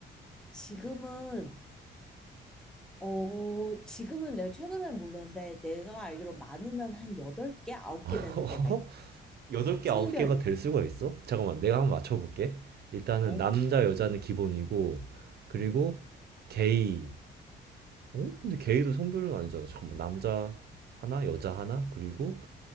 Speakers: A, in the centre; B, on the right.
A: 지금은 어, 지금은 내가 최근엔 모르는데 내가 알기로 많으면 한 8개, 9개
B: <laughs>
A: 되는 데가 있어.
B: 여덟 개
A: 성별이.
B: 아홉 개가 될 수가 있어? 잠깐만, 내가 한번 맞춰볼게. 일단은
A: 어.
B: 남자, 여자는 기본이고, 그리고 게이, 어? 근데 게이도 성별은 아니잖아. 잠깐만. 남자 하나, 여자 하나, 그리고